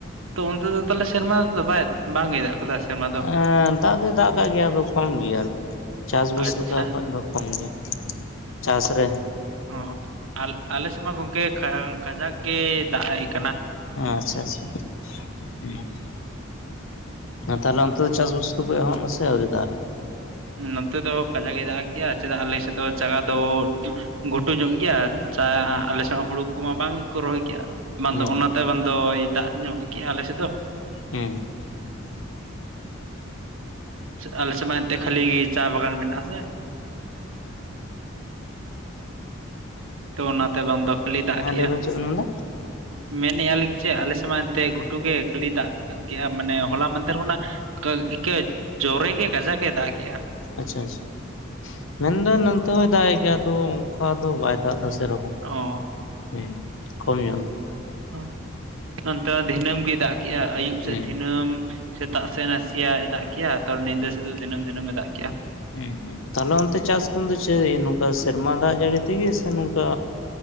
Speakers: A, on the right; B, on the left.
A: ᱛᱚ ᱚᱱᱛᱮ ᱫᱚ ᱛᱟᱞᱦᱮ ᱥᱮᱨᱢᱟ ᱫᱟᱜ ᱫᱚ ᱵᱟᱭ ᱵᱟᱝ ᱜᱮ ᱫᱟᱜ ᱠᱟᱫᱟ ᱥᱮᱨᱢᱟ ᱫᱚ
B: ᱮ ᱫᱟᱜ ᱫᱚᱭ ᱫᱟᱜ ᱟᱠᱟᱜ ᱜᱮᱭᱟ ᱟᱫᱚ ᱠᱚᱢ ᱜᱮᱭᱟ ᱟᱨᱠᱤ᱾ ᱪᱟᱥᱵᱟᱥ
A: ᱟᱪᱪᱷᱟ
B: ᱞᱮᱠᱟ ᱠᱷᱚᱡ ᱫᱚ ᱠᱚᱢ ᱜᱮᱭᱟ, ᱪᱟᱥ ᱨᱮ
A: ᱚᱞ ᱟᱞ ᱟᱞᱮ ᱥᱮᱫ ᱢᱟ ᱜᱚᱝᱠᱮ ᱠᱟ ᱠᱟᱡᱟᱠ ᱜᱮᱭ ᱫᱟᱜ ᱮᱜ ᱠᱟᱱᱟ᱾
B: ᱟᱪᱪᱷᱟ ᱟᱪᱪᱷᱟ ᱦᱩᱸ᱾ ᱟᱨ ᱛᱟᱦᱚᱞᱮ ᱚᱱᱛᱮ ᱫᱚ ᱪᱟᱥᱵᱟᱥ ᱠᱚᱯᱮ ᱮᱦᱚᱵ ᱱᱟ ᱥᱮ ᱟᱹᱣᱨᱤ ᱫ ᱛᱟᱦᱚᱞᱮ?
A: ᱱᱚᱛᱮ ᱫᱚ ᱠᱟᱡᱟᱠᱮ ᱫᱟᱜ ᱠᱮᱜ-ᱟ ᱪᱮᱫᱟᱜ ᱟᱞᱮ ᱥᱮᱫ ᱫᱚ ᱡᱟᱜᱟ ᱫᱚ ᱜᱷᱩᱴᱩ ᱧᱚᱜ ᱜᱮᱭᱟ ᱪᱟ ᱟᱞᱮ ᱥᱮᱫ ᱢᱟ ᱦᱩᱲᱩ ᱠᱚᱢᱟ ᱵᱟᱝ ᱠᱚ ᱨᱚᱦᱚᱭ ᱜᱮᱭᱟ᱾ ᱵᱟᱝᱫᱚ
B: ᱦᱩᱸ
A: ᱚᱱᱟᱛᱮ ᱵᱟᱝᱫᱚ ᱫᱟᱜ ᱧᱚᱜ ᱠᱮᱜᱼᱟ ᱟᱞᱮ ᱥᱮᱫ ᱫᱚ᱾
B: ᱦᱩᱸ
A: ᱟᱞᱮ ᱥᱮᱫ ᱢᱟ ᱮᱱᱛᱮ ᱠᱷᱟᱹᱞᱤ ᱜᱮ ᱪᱟ ᱵᱟᱜᱟᱱ ᱢᱮᱱᱟᱜ-ᱟ ᱥᱮ᱾ ᱛᱚ ᱚᱱᱟᱛᱮ ᱵᱟᱝᱫᱚ ᱠᱷᱟᱹᱞᱤ ᱫᱟᱜ
B: ᱦᱮᱸ
A: ᱠᱮᱜᱼᱟ᱾
B: ᱞᱟᱹᱭᱵᱮᱱ ᱪᱮᱫ ᱵᱮᱱ ᱢᱮᱱᱫᱟ
A: ᱢᱮᱱᱮᱜᱼᱟ ᱞᱤᱧ ᱪᱮᱫ ᱟᱞᱮ ᱥᱮᱫ ᱢᱟ ᱮᱱᱛᱮᱫ ᱜᱷᱩᱴᱩ ᱜᱮ ᱠᱷᱟᱹᱞᱤ ᱫᱟᱜ ᱠᱮᱜᱼᱟ ᱢᱟᱱᱮ ᱦᱚᱞᱟ ᱢᱫᱷᱮᱨ ᱠᱷᱚᱱᱟᱜ ᱠᱟ ᱮᱠᱮ ᱡᱚᱨᱮ ᱜᱮ ᱠᱟᱡᱟᱠ-ᱮ ᱫᱟᱜ ᱠᱮᱜᱼᱟ᱾
B: ᱟᱪᱪᱷᱟ ᱟᱪᱪᱷᱟ, ᱢᱮᱱᱫᱟ ᱱᱚᱱᱛᱮ ᱦᱚᱸᱭ ᱫᱟᱜ ᱮᱫ ᱜᱮᱭᱟ ᱟᱫᱚ ᱚᱱᱠᱟ ᱫᱚ ᱵᱟᱭ ᱫᱟᱜ ᱫᱟ ᱥᱮᱨᱚᱠᱚᱢ᱾
A: ᱚ᱾
B: ᱫᱚ ᱦᱮᱸ ᱠᱚᱢ ᱧᱚᱜ ᱜᱮ᱾
A: ᱚ ᱱᱚᱱᱛᱮ ᱫᱚ ᱫᱤᱱᱟᱹᱢ ᱜᱮ ᱫᱟᱜ ᱠᱮᱜᱼᱟ ᱟᱹᱭᱩᱵ
B: ᱦᱩᱸ
A: ᱥᱮᱫ ᱫᱷᱤᱱᱟᱹᱢ ᱥᱮᱛᱟᱜ ᱥᱮᱫ ᱱᱟᱥᱮᱭᱟᱜ ᱮ ᱫᱟᱜ ᱠᱮᱜ-ᱟ ᱛᱚ ᱱᱤᱫᱟᱹ ᱥᱮᱫ ᱫᱚ ᱫᱤᱱᱟᱹᱢ ᱫᱤᱱᱟᱹᱢᱮ ᱫᱟᱜ ᱠᱮᱜ-ᱟ᱾
B: ᱦᱩᱸ ᱦᱩᱸ ᱛᱟᱦᱞᱮ ᱚᱱᱛᱮ ᱪᱟᱥ ᱠᱚᱱ ᱫᱚ ᱪᱮᱫ ᱱᱚᱝᱠᱟ ᱥᱮᱨᱢᱟ ᱫᱟᱜ ᱡᱟᱹᱲᱤ ᱛᱮᱜᱮ ᱥᱮ ᱱᱚᱝᱠᱟ